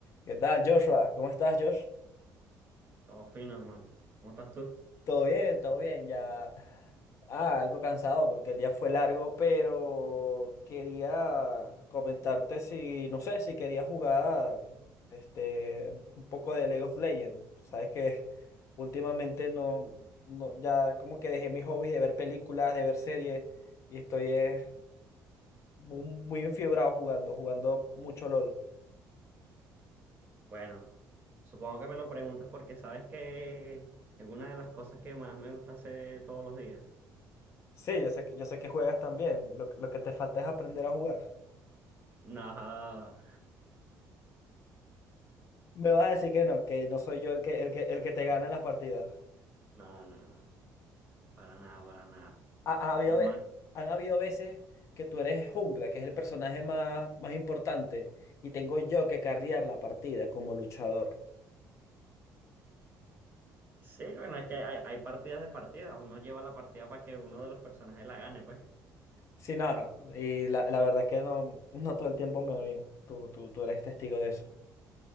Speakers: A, on the left (about 50°); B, on the right (about 30°).
A: ¿Qué tal, Joshua? ¿Cómo estás, Josh?
B: Todo fino, hermano. ¿Cómo estás tú?
A: Todo bien, todo bien, ya. Ah, algo cansado porque el día fue largo, pero quería comentarte si, no sé, si quería jugar este un poco de League of Legends. Sabes que últimamente no, no, ya como que dejé mis hobbies de ver películas, de ver series y estoy eh, mu- muy enfiebrado jugando, jugando mucho LOL.
B: Bueno, supongo que me lo preguntas porque sabes que es una de las cosas que más me gusta hacer todos los días.
A: Sí, yo sé que, yo sé que juegas también. Lo, lo que te falta es aprender a jugar.
B: No,
A: Me vas a decir que no, que no soy yo el que, el que, el que te gana en las partidas.
B: no, no, no, para nada, para nada.
A: Ha, ha habido,
B: Es
A: ve-
B: más,
A: han habido veces que tú eres jungla, que es el personaje más, más importante, y tengo yo que carrear la partida como luchador.
B: sí, bueno, es que hay, hay partidas de partidas. Uno lleva la partida para que uno de los personajes la gane, pues.
A: Sí, nada Y la, la verdad es que no, no todo el tiempo me va bien. Tú, tú, tú eres testigo de eso.